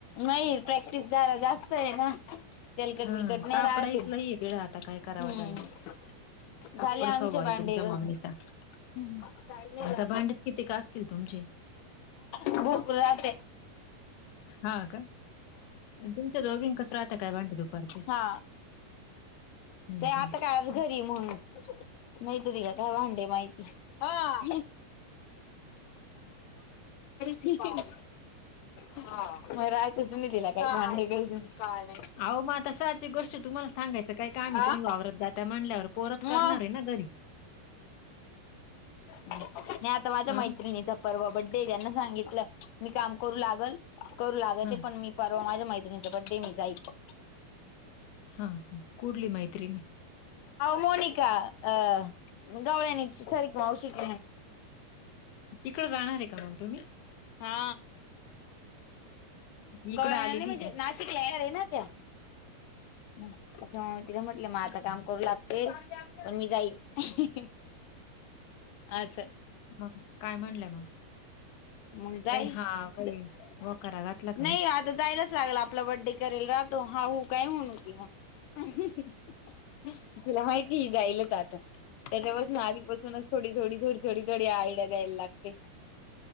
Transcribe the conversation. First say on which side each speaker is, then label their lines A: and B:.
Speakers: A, on the left (about 80°); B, on the left (about 70°).
A: नाही प्रॅक्टिस दर जास्त आहे ना. तेलकट
B: हा
A: बलकट नाही
B: तापडाईच
A: राहते हम्म.
B: लई आहे तिकडं आता काय करावं त्याला तापड
A: झाले आमच्या
B: स्वभाव आहे
A: बांडे
B: तुमच्या
A: कसून.
B: मम्मीचा
A: हम्म चमला
B: आता भांडेच किती का असतील तुमचे
A: भोरपूर जात
B: हा का तुमच्या दोघीं कस राहत काय भांडे दुपारचे
A: हा
B: हम्म
A: ते आता कायज
B: हम्म
A: घरी म्हणून नाहीत तघ काय भांडे माहिती हा ठीक आहे ना हा मग राहाच तु दिला काय काय नाही
B: अह म तसाची गोष्ट तुम्हाला सांगायचं काय काम आहे
A: आ.
B: तुम्ही वावरत जाता म्हनल्यावर पोरच
A: मग
B: करणार आहे ना घरी
A: नाही आता माझ्या
B: हा
A: मैत्रिणी तर परवा बड्डे त्यांना सांगितलं मी काम करू लागल करू लागल
B: हा
A: ते पण मी बवा माझ्या मैतिणीं बड्डे मील जायको
B: हां ह कडली मैत्रीिणी
A: मोनिका अ गवळ्यानी सर मऔ शिक
B: तिकडे जाणार आहे करण तुम्ही
A: हा
B: इकडं
A: गवळ्या
B: आलेली
A: म्हणजे
B: आहे
A: ना शिक आहे ना त्या म तिला म्हटलं म आता
B: काय
A: काम करू लाग ते पण मी जाईल असं
B: ह काय म्हणलंय मग
A: मग जाई
B: काही हा काही
A: नाही
B: वकारा घातला का नाही
A: आज जायलाच लागला आपला बडडे करेल राहतो हा होू काय म्हण होती मग तुला माहिती गयलच आता त्याच्यावासून आधीपून थोडी थोडी थोडी थोडी थोडी आयडिया द्यायला लागते